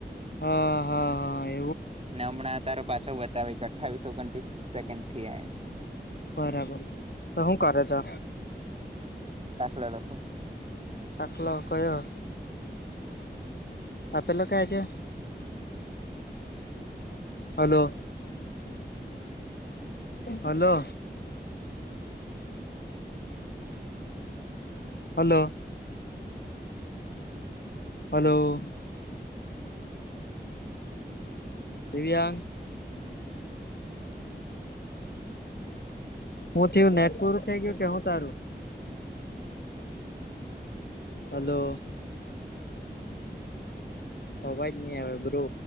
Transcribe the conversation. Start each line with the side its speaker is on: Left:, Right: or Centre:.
Left: હા હા હા એ.
Right: ને હમણાં તારો પાછો બતાવે કે અઠ્ઠાવીસ ઓગણત્રીસ સેકન્ડ થીઆ એમ.
Left: બરાબર તો હું કરે તો?
Right: દાખલા લખું
Left: દાખલો કયો? આ પેલો કયા છે? હલો. હલો. હલો. હલો. દિવ્યાંગ. <unintelligible> હું થીયું નેટ પુરુ થેઈ ગીયું કે હું તારું? હલો. અવાજ ની આવે બ્રો.